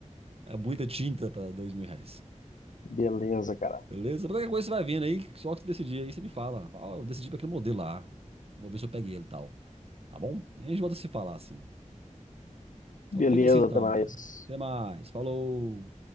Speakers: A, on the right (about 50°); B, on the left (about 85°).
A: É muita tinta pra dois mil reais.
B: beleza, cara.
A: Beleza? Qualquer coisa você vai vendo aí, só que você decidir aí, você me fala. Ah, eu decidi pra aquele modelo lá. Eu vou ver se eu peguei ele e tal. Tá bom? Aí a gente volta a se falar assim. Então
B: Beleza,
A: fica assim então,
B: até mais.
A: cara. Até mais. Falou!